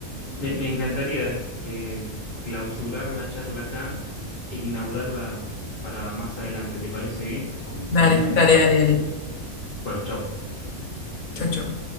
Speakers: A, on the left (about 40°); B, on the left (about 75°).
A: Me, me encantaría eh, clausurar la charla acá e inaugurarla para más adelante. ¿Te parece bien, compañera?
B: Dale, dale, dale, dale.
A: Bueno, chao.
B: Chocho.